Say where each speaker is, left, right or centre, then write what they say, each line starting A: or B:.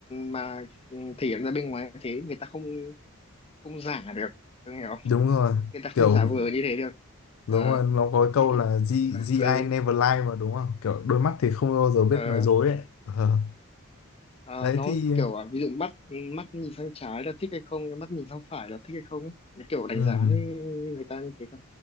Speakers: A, on the left; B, on the left.
A: mà ừ, thể hiện ra bên ngoài như thế người ta không không giả được tôi hiểu không?
B: đúng rồi.
A: người ta không
B: Kiểu
A: giả vờ như thế được
B: đúng
A: Ờ,
B: rồi, nó có cái câu
A: như kiểu
B: là G,
A: là,
B: GI
A: ừ,
B: ai never lie mà đúng không? Kiểu đôi mắt thì không bao giờ biết
A: ờ,
B: nói dối ấy. Ờ.
A: ờ,
B: Đấy
A: nó
B: thì
A: kiểu ờ, ví dụ mắt mắt nhìn sang trái là thích hay không mắt nhìn sang phải là thích hay không ấy. Nó kiểu đánh
B: ừm,
A: giá người ta như thế cơ